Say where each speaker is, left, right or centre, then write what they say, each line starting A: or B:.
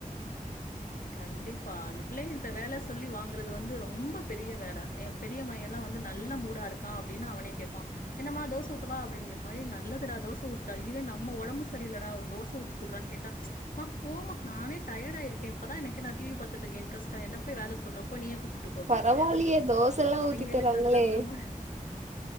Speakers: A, on the left; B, on the right.
A: கண்டிப்பா அந்த பிள்ளைங்கள்ட்ட வேல சொல்லி வாங்குறது வந்து ரொம்ப பெரிய வேல எ பெரிய மையலா வந்து நல்ல மூடாருக்கா அப்படின்னா அவனே கேப்பா என்னம்மா தோச ஊத்தவா அப்டின்னு கேப் பைய நல்லதுடா தோச ஊத்துடா இதுவே நம்ம ஒடம்பு சரியில்லடா ஒரு தோச ஊத்தி குடுறான்னு கேட்டா அம்மா போமா நானே டயேடா இருக்கே இப்ப தா எனக்கு நா டி வி பாத்துட்ருக்கே இன்ட்ரெஸ்டா என்ன போய் வேல சொல்ற போ நீயே போய் சுட்டுக் கோ அப்டின்ருவியா
B: பரவாயில்லயே தோசல்லா
A: அவிங்களுக்கு
B: ஊத்தி தராங்களே
A: அது நல்ல மா